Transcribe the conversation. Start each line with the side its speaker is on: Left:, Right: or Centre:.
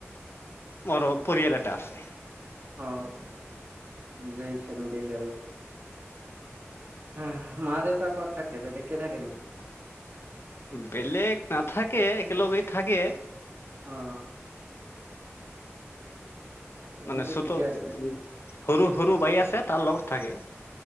Left: মোৰো পৰিয়াল এটা আছে।
Right: অ'। যে ছেভেনটি য়াৰ'। হা, মা দেউতা কত থাকে? বেলেগকে থাকে নেকি?
Left: বেলেগ নাথাকে একেলগে থাকে।
Right: অঁ', তেনেহ'লে
Left: মানে চত
Right: ঠিকে
Left: উ
Right: আছে
Left: সৰু সৰু বাই আছে, তাৰ লগত থাকে।